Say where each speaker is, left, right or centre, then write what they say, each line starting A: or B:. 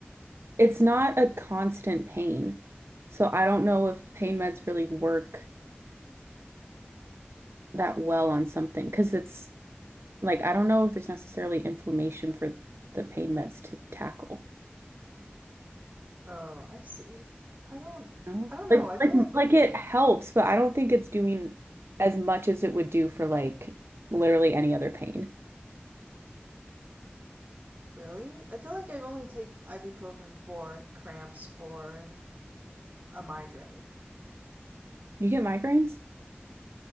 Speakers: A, on the right (about 85°); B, on the right (about 40°).
A: it's not a constant pain. So I don't know if pain meds really work that well on something because it's like I don't know if there's necessarily inflammation for the pain meds to tackle.
B: Oh, I see. I don't,
A: No?
B: I don't know.
A: Like
B: I feel
A: like
B: like.
A: like it helps, but I don't think it's doing as much as it would do for like literally any other pain.
B: Really? I feel like I only take ibuprofen for cramps or a migraine.
A: You get migraines?